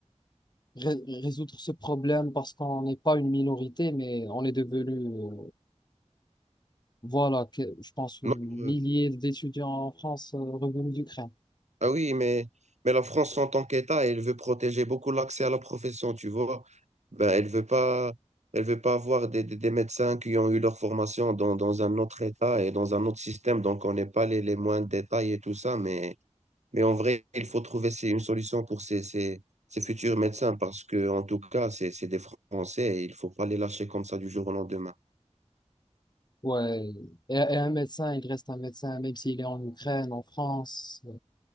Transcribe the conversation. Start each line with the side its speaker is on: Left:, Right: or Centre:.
Left: ré- résoudre ce problème parce qu'on n'est pas une minorité, mais on est devenu, euh, voilà, que- je pense, un
Right: Non,
Left: millier
Right: euh,
Left: d'étudiants en France euh, revenus d'Ukraine.
Right: Ah oui, mais, mais la France en tant qu'État, elle veut protéger beaucoup l'accès à la profession, tu vois. Ben, elle veut pas, elle veut pas avoir des, des, des médecins qui ont eu leur formation dans, dans un autre État et dans un autre système, donc on n'est pas les, les moindres détails et tout ça, mais, mais en vrai, il faut trouver c'est une solution pour ces, ces, ces futurs médecins parce que, en tout cas, c'est, c'est des Français et il faut pas les lâcher comme ça du jour au lendemain.
Left: Ouais. Et, et un médecin, il reste un médecin, même s'il est en Ukraine, en France, euh,